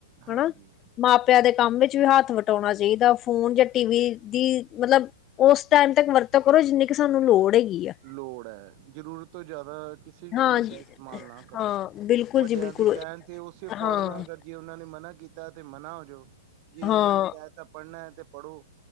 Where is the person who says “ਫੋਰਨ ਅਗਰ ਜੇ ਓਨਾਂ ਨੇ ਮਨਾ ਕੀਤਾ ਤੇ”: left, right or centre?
Right